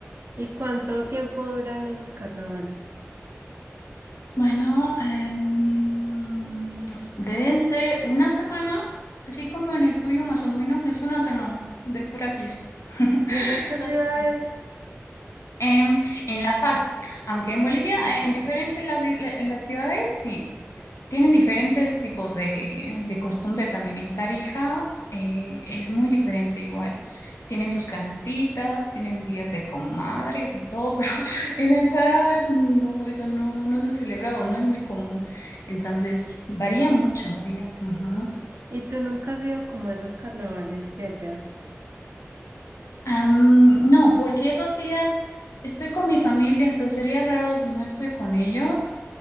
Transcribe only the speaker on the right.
¿Y cuánto tiempo duran esos carnavales?
¿Y eso en qué
ciudad
es?
La
Paz.
Ujú.
¿Y tú nunca has ido como a esos carnavales de allá?